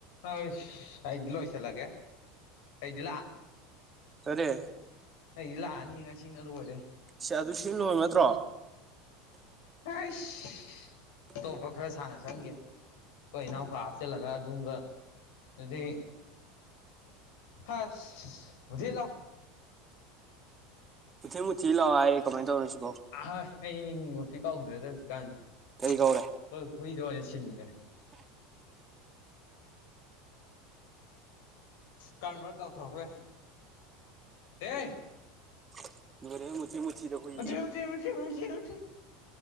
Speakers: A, on the left; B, on the right.
A: ꯍꯥꯏꯁ ꯑꯩꯗꯤ ꯂꯣꯏꯁꯤꯜꯂꯒꯦ ꯑꯩꯗꯤ
B: ꯀꯔꯤ
A: ꯑꯩ ꯂꯥꯛꯑꯅꯤ ꯉꯁꯤꯅ ꯂꯣꯏꯔꯦ
B: ꯁꯤ ꯑꯗꯨ ꯁꯤ ꯂꯣꯔꯕ ꯅꯠꯇ꯭ꯔꯣ
A: ꯍꯩꯁ ꯑꯇꯣꯞꯄ ꯈꯔ ꯁꯥꯟꯅ ꯆꯪꯒꯦ ꯑꯩꯈꯣꯏ ꯏꯅꯥꯎꯄꯥ ꯍꯥꯞꯆꯤꯜꯂꯒ ꯅꯨꯡꯒ ꯑꯗꯨꯗꯤ ꯍꯁ ꯃꯨꯊꯤ ꯂꯥꯎ
B: ꯃꯨꯊꯤ ꯃꯨꯊꯤ ꯂꯑꯣ ꯍꯥꯏꯔꯦ ꯀꯃꯥꯏꯅ ꯇꯧꯗꯣꯏꯅꯣ
A: ꯑ ꯑꯩ ꯍꯩ ꯃꯍꯤꯒ ꯀꯤꯛ ꯀꯥꯎꯗ꯭ꯔꯦꯗ ꯍꯧꯖꯤꯛ ꯀꯥꯟꯁꯤ
B: ꯀꯔꯤ ꯀꯧꯔꯦ
A: ꯍꯣꯏ ꯍꯨꯏꯗꯣ ꯑꯣꯏꯅ ꯁꯤꯟꯈ꯭ꯔꯦ ꯀꯔꯝꯕ ꯇꯥꯎꯊꯣꯛꯈ꯭ꯔꯦ ꯑꯦ
B: <unintelligible> ꯍꯨꯏ
A: ꯃꯨꯊꯤ ꯃꯨꯊꯤ ꯃꯨꯊꯤ ꯃꯨꯊꯤ